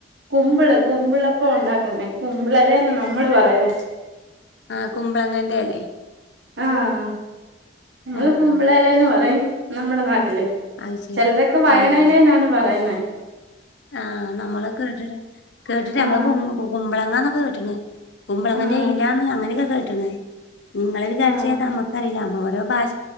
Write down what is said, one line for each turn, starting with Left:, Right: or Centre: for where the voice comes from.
Right: കുമ്പിള് കുമ്പിളപ്പം ഉണ്ടാക്കുന്ന കുമ്പിളല്ലേന്ന നമ്മള് പറയുന്ന
Left: ആഹ് കുമ്പളങ്ങന്റെ ഇലേ
Right: ആഹ് നമ്മള്
Left: ആഹ്
Right: കുമ്പളലേന്ന് പറയും നമ്മുടെ നാട്ടില്
Left: അത് ശരി
Right: ചിലരോക്കെ വയണലേ
Left: ആഹ്
Right: എന്നാണ് പറയുന്നത്
Left: ആഹ് നമ്മള് കേട്ടിട്ട് കേട്ടിട്ടില്ല നമ്മള്
Right: ആഹ്
Left: കു കുമ്പളങ്ങന്നൊക്കെ കേട്ടിക്ക്ണ് കുമ്പളങ്ങന്റെ
Right: ആഹ്
Left: ഇലാന്ന് അങ്ങനെയൊക്കെ കേട്ടണ് ഇങ്ങള് വിചാരിച്ചത്
Right: ആഹ്
Left: ഏതാ നമ്മക്കറിയില്ല ഓരോ ഭാഷ